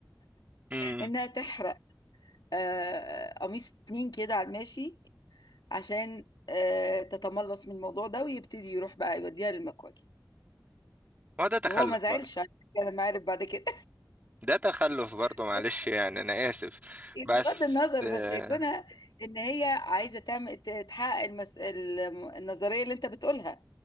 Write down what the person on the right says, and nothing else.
امم
ما هو ده تخلف
برضه
ده تخلف برضه
معلش
يعني انا اسف بس
آه،